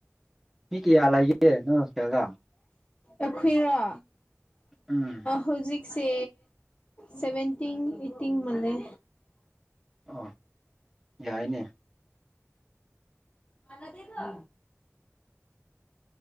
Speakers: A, in the centre; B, on the left.
A: ꯃꯤ ꯀꯌꯥꯂꯏꯌꯦꯦ ꯅꯪ ꯍꯣꯁꯇꯦꯜꯗ
B: ꯑꯩꯈꯣꯏꯔꯥ
A: ꯎꯝ
B: ꯍꯧꯖꯤꯛ ꯁ ꯁꯚꯦꯟꯇꯤꯤꯡ ꯑꯩꯠꯇꯤꯤꯡ ꯃꯗꯦ
A: ꯑ ꯌꯥꯏꯅꯦ
B: ꯃꯅꯥꯗꯦꯒ